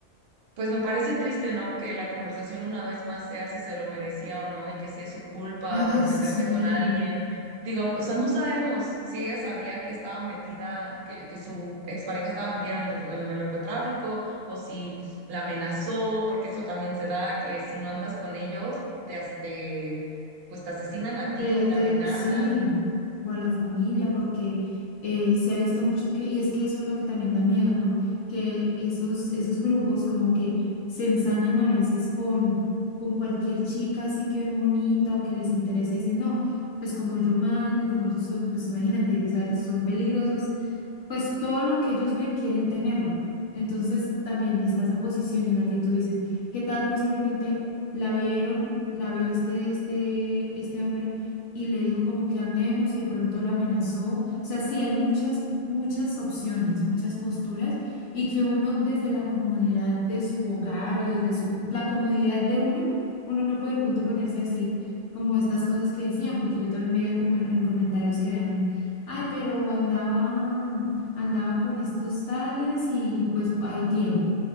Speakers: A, on the right (about 60°); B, on the left (about 70°).
A: pues me parece triste, ¿no? Que la conversación una vez más sea si se lo merecía o no y que si es su culpa
B: Ay,
A: por meterse
B: sí.
A: con alguien. Digo, o sea, no sabemos si ella sabía que estaba metida, que, que su expareja estaba metida en el, en el narcotráfico o si la amenazó, porque eso también se da, que si no andas con ellos, te, as- te, pues te asesinan a ti
B: Te,
A: o te
B: te-
A: amenazan.
B: sí, o a la familia, porque eh, se ha visto mucho que, y es que eso es lo que también da miedo, ¿no? Que esos, esos grupos como que se ensañan a veces con, con cualquier chica así que ven bonita o que les interesa y dicen, no, pues como yo mando y como ellos son, pues imagínate, o sea, son peligrosos pues todo lo que ellos ven quieren tenerlo. Entonces también está esa posición en la que tú dices, ¿qué tal posiblemente la vieron, la vio este, este, este hombre y le dijo como que andemos y de pronto la amenazó? O sea, sí, hay muchas, muchas opciones, muchas posturas y que uno desde la comodidad de su hogar o desde su- la comodidad de uno, uno no puede de pronto ponerse a decir como estas cosas que decían, porque yo también veía como en en comentarios que habían Ay, pero andaba andaba con estos tales y, y pues ahí tiene.